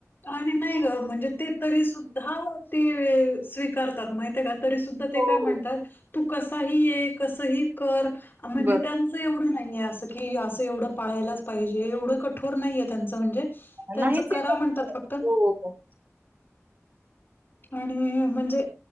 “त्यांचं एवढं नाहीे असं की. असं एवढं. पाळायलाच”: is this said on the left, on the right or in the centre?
Left